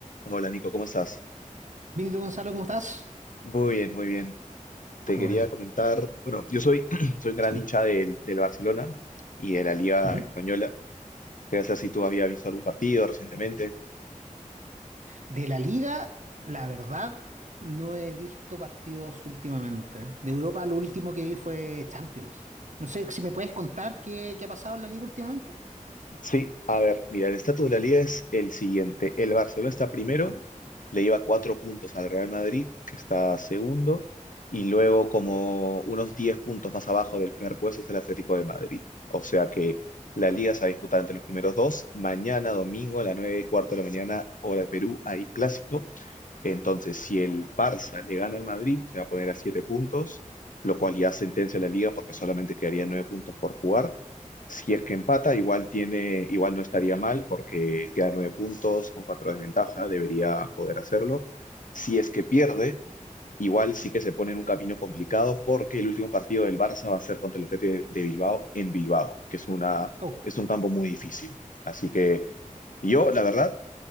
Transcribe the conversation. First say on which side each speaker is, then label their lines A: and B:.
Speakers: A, on the left; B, on the right.
A: Hola Nico, ¿cómo estás?
B: Benito Gonzalo, ¿cómo estás?
A: Muy bien, muy bien. Te
B: Qué
A: quería
B: bueno,
A: comentar, bueno, yo soy, <clears throat> soy un gran
B: sí.
A: hincha del, del Barcelona y de la Liga
B: Ujú.
A: Española. Quería saber si tú habías visto algún partido recientemente.
B: De la Liga, la verdad, no he visto partidos últimamente. De Europa, lo último que vi fue Champions. No sé si me puedes contar qué, qué ha pasado en la Liga últimamente.
A: Sí, a ver, mira, el estatus de la liga es el siguiente. El Barcelona está primero,
B: Cuéntame.
A: le lleva cuatro puntos al Real Madrid, que está segundo, y luego como unos 10 puntos más abajo del primer puesto está el Atlético de Madrid. O sea que la liga se va a disputar entre los primeros dos. Mañana, domingo, a las 9 y cuarto de la mañana, hora de Perú, hay clásico. Entonces, si el Barça le gana al Madrid, se va a poner a 7 puntos, lo cual ya sentencia la liga porque solamente quedarían 9 puntos por jugar. Si es que empata, igual tiene, igual no estaría mal porque queda 9 puntos con 4 de ventaja, debería poder hacerlo. Si es que pierde, igual sí que se pone en un camino complicado porque el último partido del Barça va a ser contra el Athletic de- de Bilbao en Bilbao, que es una,
B: Oh.
A: es un campo muy difícil. Así que yo, la verdad,